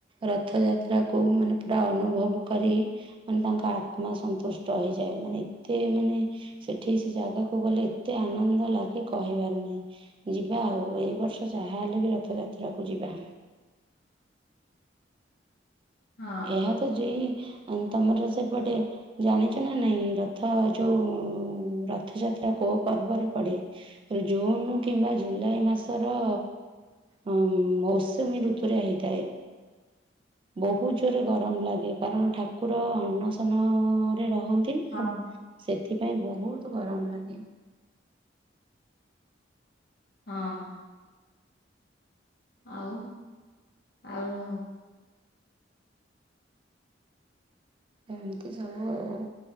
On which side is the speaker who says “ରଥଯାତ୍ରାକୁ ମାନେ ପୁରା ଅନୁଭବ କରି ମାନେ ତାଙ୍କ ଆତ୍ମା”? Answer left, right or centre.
Right